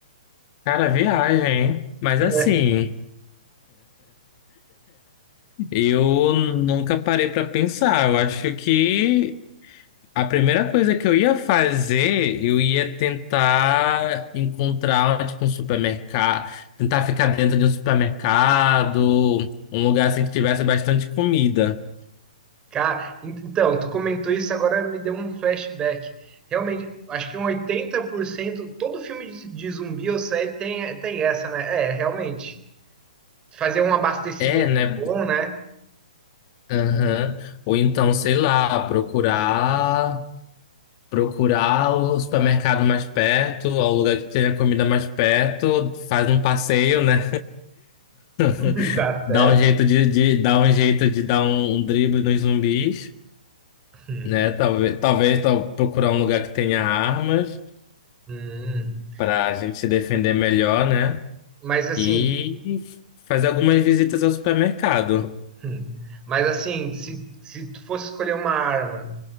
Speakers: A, on the left (about 40°); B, on the right (about 20°).
A: Cara, viagem, hein? Mas
B: É.
A: assim, eu nunca parei pra pensar. Eu acho que a primeira coisa que eu ia fazer, eu ia tentar encontrar, tipo, um supermercado, tentar ficar dentro de um supermercado, um lugar assim que tivesse bastante comida.
B: Cara, en- então, tu comentou isso, agora me deu um flashback. Realmente, acho que um 80% todo filme de, de zumbi ou série tem, tem essa, né? É, realmente. Fazer um abastecimento
A: É, né?
B: bom, né?
A: Aham. Ou então, sei lá, procurar. Procurar o supermercado mais perto, ou o lugar que tenha comida mais perto, faz um passeio, né?
B: <laughs>
A: <laughs>
B: Tá certo.
A: Dá um jeito de, de dar um jeito de dar um, um drible nos zumbis,
B: Uhum.
A: né? Talvez, talvez tal- procurar um lugar que tenha armas
B: Hum.
A: para a gente se defender melhor, né?
B: Mas assim,
A: E fazer algumas visitas ao supermercado.
B: <laughs> mas assim, se, se tu fosse escolher uma arma,